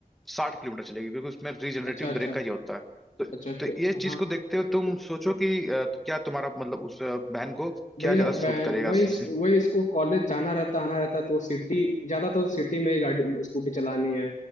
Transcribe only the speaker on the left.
अच्छा अच्छा
अच्छा तो
हाँ
भैया
बहन
वही
वही इसको कॉलेज जाना रहता आना रहता तो सिटी ज्यादा तो सिटी में ही गाड़ी स्कूटी चलानी है